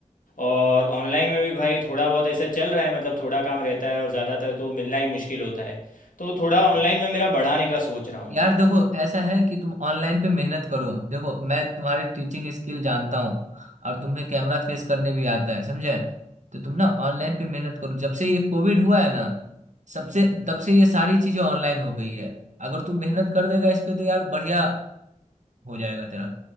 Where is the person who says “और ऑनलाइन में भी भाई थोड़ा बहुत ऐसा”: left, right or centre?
Left